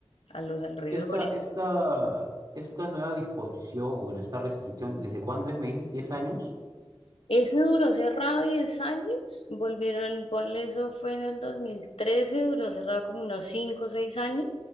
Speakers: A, on the left; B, on the right.
A: a los alrededores.
B: Esta, esta, esta nueva disposición, bueno, esta restricción, ¿desde cuándo es? ¿Me dices 10 años?
A: Ese duró cerrado 10 años, volvieron, ponle eso fue en el dos mil trece duró cerrado como unos 5 o 6 años,